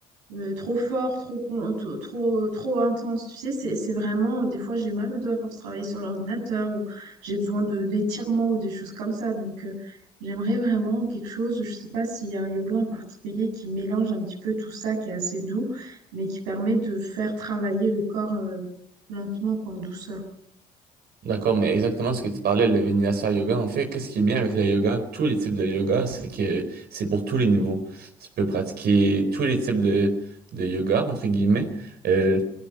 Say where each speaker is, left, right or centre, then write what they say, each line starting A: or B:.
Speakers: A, on the right (about 80°); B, on the right (about 60°).
A: euh, trop fort, trop, con- to- trop, euh, trop intense. Tu sais, c'est, c'est vraiment, euh, des fois, j'ai mal au doigt pour travailler sur l'ordinateur ou j'ai besoin de, d'étirements ou des choses comme ça. Donc, euh, j'aimerais vraiment quelque chose, je sais pas s'il y a un yoga en particulier qui mélange un petit peu tout ça, qui est assez doux, mais qui permet de faire travailler le corps, euh, lentement, quoi, en douceur.
B: D'accord, mais exactement ce que tu parlais, le Vinyasa Yoga, en fait, qu'est-ce qui est bien avec le yoga, tous les types de yoga, c'est que c'est pour tous les niveaux. Tu peux pratiquer tous les types de, de yoga, entre guillemets, euh,